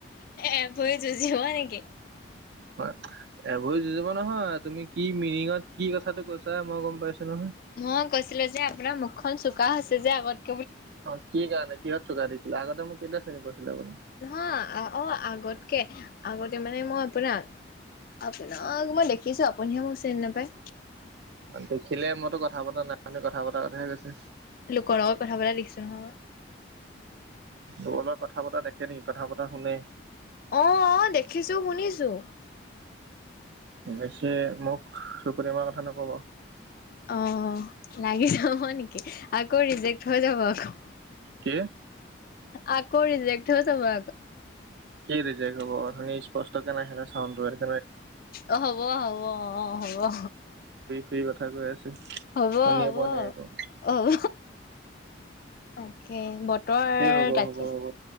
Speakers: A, on the left; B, on the right.
A: এ ভই যুজিব নেকি?
B: হয়। এভই যুজিব নহয়, তুমি কি মিনিঙত কি কথাটো কৈছা মই গম পাইছো নহয়।
A: মই কৈছিলো যে আপোনাৰ মুখখন চুুুক কা হৈছে যে আগত
B: অ', কি কাৰণে? কিহ চোকা দেখিলা? আগতে মোক কেতিয়া চিনি পাইছিলে আপুনি?
A: নহয়, অ', আগতকে, আগতে মানে মই আপোনাক, আপোনাক মই দেখিছো। আপুনিহে মোক চিনি নাপায়।
B: দেখিলে মইতো কথা পতা নাই <unintelligible> কথা পতাৰ কথাহে কৈছে।
A: লোকৰ লগত কথা পতা দেখিছো নহয় মই।
B: লোকৰ লগত কথা পতা দেখে নেকি? কথা পতা শুনে।
A: অ' অ' দেখিছোঁ শুনিছোঁ।
B: অৱশ্যে মোক চুপতিমাৰ কথা নকব।
A: অ লাগি যাব নেকি আকৌ ৰিজেক্ট হৈ যাব আকৌ।
B: কি?
A: আকৌ ৰিজেক্ট যাব আ
B: কি ৰিজেক্ট হ'ব? অথনি স্পষ্ট কে নাই শুনা চাউণ্ড টোৱে।
A: অ' হ'ব, হ'ব অ' হ'ব।
B: কি কথা কৈ আছে?
A: হ'ব,
B: শুনিয়ে পোৱা
A: হ'ব,
B: নাই আকৌ
A: হ'ব। তাকে বত ৰ
B: কি হ'ব
A: তাকে
B: হ'ব হ'ব